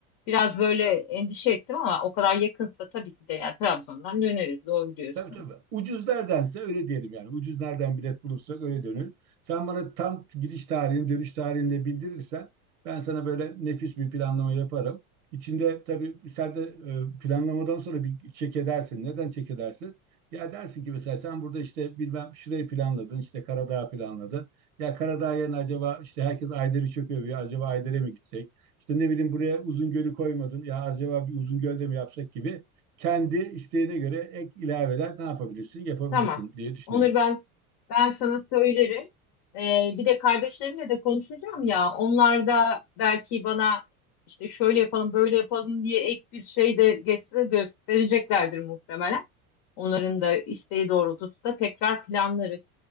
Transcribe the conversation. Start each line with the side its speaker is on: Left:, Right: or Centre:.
Left: biraz böyle endişe ettim ama o kadar yakınsa tabii ki de ya Trabzon'dan döneriz. Doğru diyorsun.
Right: Tabii tabii. Ucuz neredense öyle diyelim yani. Ucuz nereden bilet bulursak öyle dönür. Sen bana tam giriş tarihini, dönüş tarihini de bildirirsen ben sana böyle nefis bir planlama yaparım. İçinde tabii sen de e, planlamadan sonra bir çek edersin. Neden çek edersin? Ya dersin ki mesela sen burada işte bilmem şurayı planladın, işte Karadağ planladın. Ya Karadağ yerine acaba işte herkes Ayder'i çok övüyor. Acaba Ayder'e mi gitsek? İşte ne bileyim buraya Uzungöl'ü koymadın. Ya acaba bir Uzungöl'de mi yapsak gibi kendi isteğine göre ek ilaveler ne yapabilirsin, yapabilirsin
Left: Tamam.
Right: diye düşünüyorum.
Left: Onur ben ben sana söylerim. Ee, bir de kardeşlerimle de konuşacağım ya. Onlar da belki bana işte şöyle yapalım, böyle yapalım diye ek bir şey de getire göstereceklerdir muhtemelen. Onların da isteği doğrultusunda tekrar planlarız.